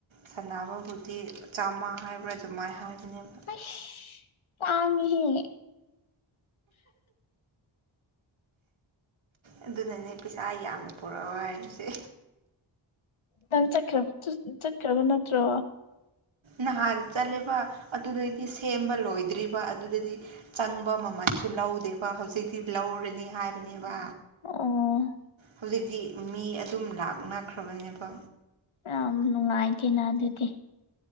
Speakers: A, on the right; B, on the left.
A: ꯁꯥꯟꯅꯕꯕꯨꯗꯤ ꯆꯥꯝꯃꯥ ꯍꯥꯏꯕ꯭ꯔꯥ ꯑꯗꯨꯃꯥꯏ ꯍꯥꯏꯕꯅꯦꯕ
B: ꯍꯩꯁ ꯇꯥꯡꯉꯦꯍꯦ <inaudible>
A: ꯑꯗꯨꯅꯅꯦ ꯄꯩꯁꯥ ꯌꯥꯝꯅ ꯄꯨꯔꯛꯑꯣ ꯍꯥꯏꯔꯤꯁꯦ
B: ꯅꯪ ꯆꯠꯈ꯭ꯔ ꯇꯨ ꯆꯠꯈ꯭ꯔꯕ ꯅꯠꯇ꯭ꯔꯣ
A: ꯅꯍꯥꯟ ꯆꯠꯂꯦꯕ ꯑꯗꯨꯗꯗꯤ ꯁꯦꯝꯕ ꯂꯣꯏꯗ꯭ꯔꯤꯕ ꯑꯗꯨꯗꯗꯤ ꯆꯪꯕ ꯃꯃꯜꯁꯨ ꯂꯧꯗꯦꯕ ꯍꯧꯖꯤꯛꯇꯤ ꯂꯧꯔꯅꯤ ꯍꯥꯏꯕꯅꯦꯕ
B: ꯑꯣ
A: ꯍꯨꯖꯤꯛꯇꯤ ꯃꯤ ꯑꯗꯨꯝ ꯂꯥꯛꯅꯈ꯭ꯔꯕꯅꯦꯕ
B: ꯌꯥꯝꯅ ꯅꯨꯡꯉꯥꯏꯇꯦꯅ ꯑꯗꯨꯗꯤ